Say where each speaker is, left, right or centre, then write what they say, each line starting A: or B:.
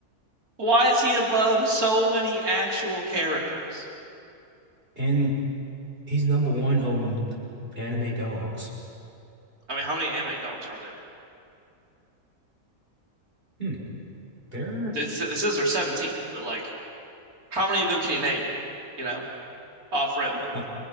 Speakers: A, on the right (about 70°); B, on the right (about 35°).
A: Why is he above so many actual characters?
B: And he's number one on anime dogs.
A: I mean, how many anime dogs are there?
B: Hmm. There,
A: This this is their 17, but like how many of them can you name? You know, off rip.
B: I,